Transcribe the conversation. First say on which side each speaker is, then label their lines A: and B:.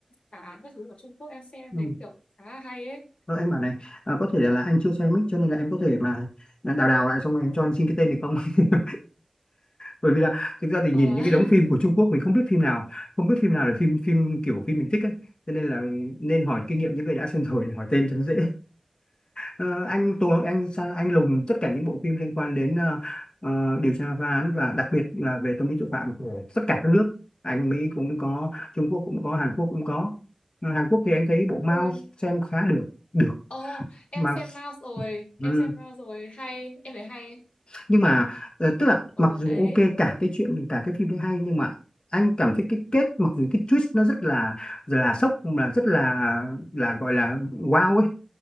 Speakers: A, on the left (about 75°); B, on the left (about 55°).
A: phá án các thứ của Trung Quốc em xem em
B: ừ.
A: thấy kiểu khá là hay ấy
B: Thôi anh bảo này à, có thể là anh chưa xem mic cho nên là em có thể mà à, đào đào lại xong rồi em cho anh xin cái tên được không <laughs> bởi vì là thực ra thì
A: Ờ,
B: nhìn những
A: <laughs>
B: cái đống phim của Trung Quốc mình không biết phim nào không biết phim nào là phim phim kiểu phim mình thích ấy cho nên là nên hỏi kinh nghiệm những người đã xem rồi để hỏi tên cho nó dễ Ờ, anh Tuấn anh Sa- anh lùng tất cả những bộ phim liên quan đến ờ, ờ, điều tra phá án và đặc biệt là về tâm lý tội phạm của tất cả các nước Anh Mỹ cũng có Trung Quốc cũng có Hàn Quốc cũng có Ừ, Hàn Quốc thì anh thấy bộ mouse
A: ui
B: xem khá được được
A: ờ em
B: mouse
A: xem Mouse rồi
B: ừ.
A: em xem Mouse rồi hay em thấy hay
B: nhưng mà ờ, tức là
A: ờ
B: mặc dù
A: đấy
B: ok cả cái chuyện cả cái phim đấy hay nhưng mà anh cảm thấy cái kết mặc dù cái twist nó rất là là sốc mà rất là là gọi là wow ấy